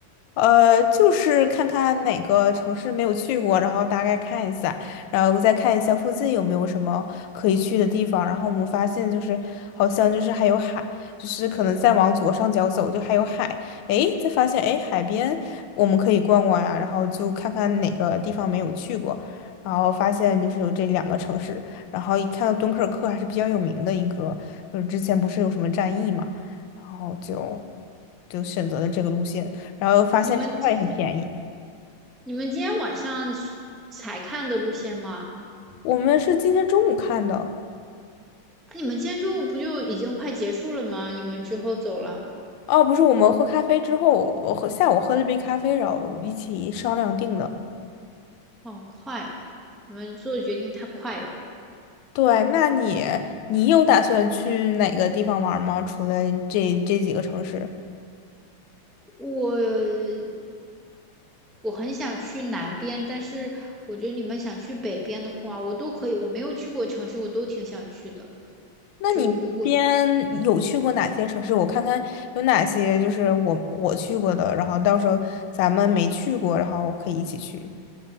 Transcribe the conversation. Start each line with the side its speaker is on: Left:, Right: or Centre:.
Left: 呃，就是看看哪个城市没有去过，然后大概看一下，然后再看一下附近有没有什么可以去的地方。然后我们发现就是好像就是还有海，就是可能再往左上角走就还有海，诶，再发现诶海边我们可以逛逛呀，然后就看看哪个地方没有去过，然后发现就是有这两个城市，然后一看到敦刻尔克还是比较有名的一个，就是之前不是有什么战役嘛，然后就就选择了这个路线。然后发现车票也很便宜。
Centre: 你们今、这，你们今天晚上是才看的路线吗？
Left: 我们是今天中午看的，
Centre: 啊你们今天中午不就已经快结束了吗？你们之后走了，
Left: 哦，不是，我们喝咖啡之后，我喝下午喝了杯咖啡，然后一起商量定的。
Centre: 好快呀！你们做的决定太快了。
Left: 对，那你你有打算去哪个地方玩吗？除了这这几个城市，
Centre: 我我很想去南边，但是我觉得你们想去北边的话，我都可以。我没有去过城市，我都挺想去的。
Left: 那你边有去过哪些城市？
Centre: 就如果
Left: 我看看有哪些就是我我去过的，然后到时候咱们没去过，然后可以一起去。